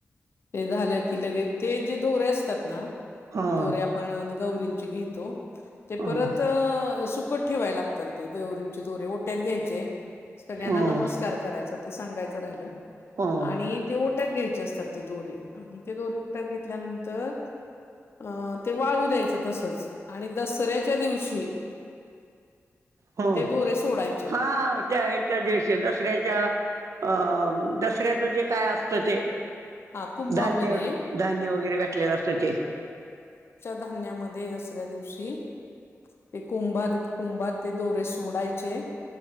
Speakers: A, on the left; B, on the right.
A: ते झालं की लगेच ते जे दोरे असतात ना
B: हं,
A: दोऱ्या... आपण गौरींचे घेतो. ते
B: हं,
A: परत अ सुकत ठेवायला लागतात. ते देवरींचे दोरे ओट्यात घ्यायचे. सगळ्यांना
B: हं,
A: नमस्कार करायचा. ते सांगायच राहिल.
B: हं,
A: आणि ते ओट्यात घ्यायचे असतात. ते दोरे आणि ते दोरे ओट्यात घेतल्यानंतर अ ते वाळू द्यायच तसच. आणि दसऱ्याच्या दिवशी
B: हो
A: ते दोरे सोडायचे
B: हा त्या ह्याच्या दिवशी दसऱ्याच्या. अ दसऱ्याचं जे काय असत ते.
A: हा कुंभामध्ये
B: धान्य धान्य वगैरे घातलेल असत ते.
A: धान्यांमध्ये दसऱ्या दिवशी ते कुंभात कुंभात ते दोरे सोडायचे.